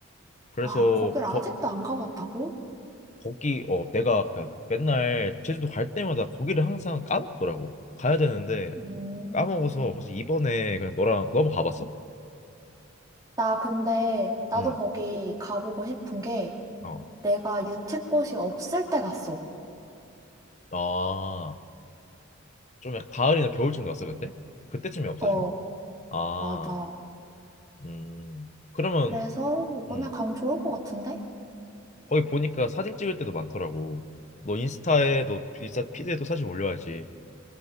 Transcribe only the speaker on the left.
그래서
거,
거기 어 내가 그 맨날 제주도 갈 때마다 거기를 항상 까먹더라고. 가야 되는데
까먹어서 그래서 이번에 그냥 너랑 너무 가봤어?
응.
어.
아, 좀 약간 가을이나 겨울쯤 갔어 그때? 그때쯤이 없어지나?
아,
음. 그러면
음.
거기 보니까 사진 찍을 때도 많더라고. 너 인스타에 너 인스타 피드에도 사진 올려야지.